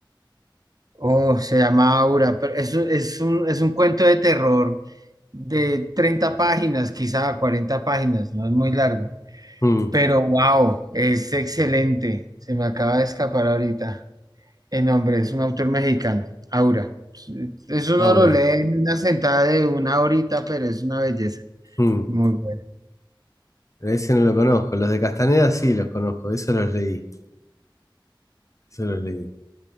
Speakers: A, on the right; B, on the left.
A: Oh, se llama Aura, pero es, un- es un, es un cuento de terror de 30 páginas, quizá 40 páginas, no es muy largo,
B: mm,
A: pero wow, es excelente. Se me acaba de escapar ahorita el nombre, es un autor mexicano, Aura. Eso uno
B: ahora,
A: lo lee en una sentada de una horita, pero es una belleza.
B: mm.
A: Muy bueno.
B: Ese no lo conozco, los de Castaneda sí los conozco, eso los leí, eso los leí.